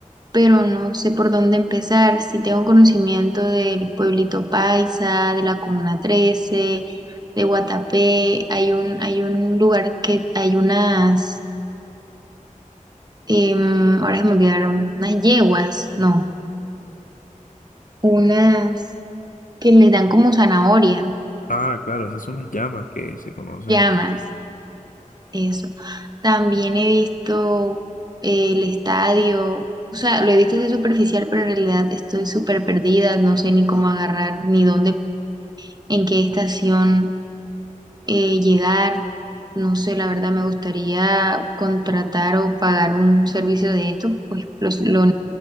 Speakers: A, on the right; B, on the left.
A: pero no sé por dónde empezar. Si tengo conocimiento del pueblito Paisa, de la Comuna trece, de Guatapé, hay un, hay un lugar que hay unas, em, ahora se me olvidaron, unas yeguas, no, unas que les dan como zanahoria,
B: Ah, claro, esas son las llamas que se conocen.
A: llamas.
B: así.
A: Eso. También he visto eh, el estadio, o sea, lo he visto así superficial, pero en realidad estoy súper perdida, no sé ni cómo agarrar, ni dónde, en qué estación eh, llegar. No sé, la verdad me gustaría contratar o pagar un servicio de esto, pues los- lo,